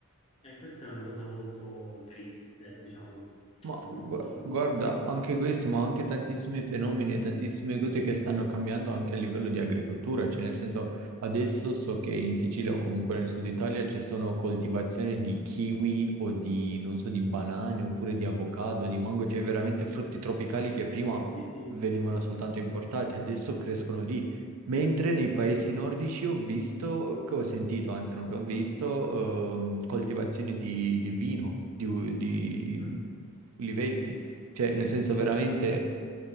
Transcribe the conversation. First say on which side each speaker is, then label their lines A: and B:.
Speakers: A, on the left; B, on the right.
A: E questa è una cosa molto triste, diciamo,
B: Ma
A: dal
B: gu-
A: mio punto di
B: guarda,
A: vista.
B: anche questo, ma anche tantissimi fenomeni e tantissime cose che stanno cambiando anche a livello di agricoltura, cioè nel senso adesso so che in Sicilia o comunque nel sud Italia ci sono coltivazioni di kiwi o di, non so, di banane oppure di avocado, di mango, cioè veramente frutti tropicali che prima
A: Sì, sì.
B: venivano soltanto importati, adesso crescono lì. Mentre nei paesi nordici ho visto, che ho sentito, anzi non che ho visto, ehm, coltivazioni di, di vino, di, u- di
A: Mm.
B: ulivetti, cioè nel senso veramente